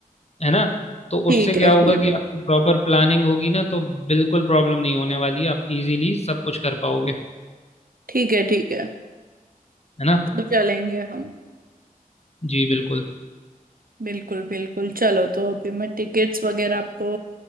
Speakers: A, on the left; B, on the right.
A: है ना तो
B: ठीक
A: उससे क्या
B: है
A: होगा
B: ठीक
A: कि
B: है
A: आपकी प्रॉपर प्लानिंग होगी ना तो बिल्कुल प्रॉब्लम नहीं होने वाली है आप इजीली सब कुछ कर पाओगे
B: ठीक है ठीक है
A: है ना
B: तो चलेंगे हम
A: जी बिल्कुल
B: बिल्कुल बिल्कुल चलो तो अभी मैं टिकट्स वगैरह आपको